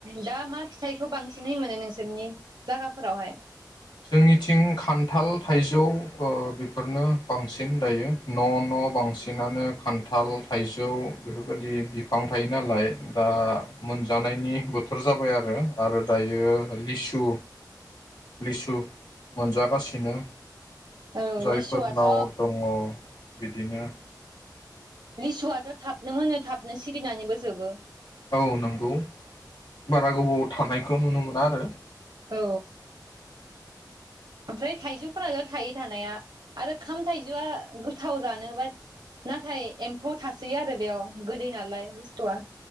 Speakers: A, on the right; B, on the left.
A: दा मा फिथाइखौ बांसिनै मोनो नोंसोरनि जागाफोरावहाय।
B: जोंनिथिं खान्थाल थाइजौ ओ बेफोरनो बांसिन दायो न' न' बांसिनानो खान्थाल, थाइजौ बेफोरबायदि बिफां थायो नालाय दा मोनजानायनि बोथोर जाबाय आरो आरो दायो लिसु लिसु मोनजागासिनो।
A: औ
B: जायफोरनाव
A: लिसुआथ'
B: दङ। बिदिनो
A: लिसुआथ' थाबनो मोनो थाबनो सिरिनानैबो जोबो।
B: औ नंगौ बारा गोबाव थानायखौ नुनो मोना आरो।
A: औ। ओमफ्राय थाइजौफोराल थायो थानाया आरो खाम थाइजौआ गोथाव जानोबा नाथाय एम्फौ थासोयो आरो बेयाव गोदै नालाय बुस्थुआ।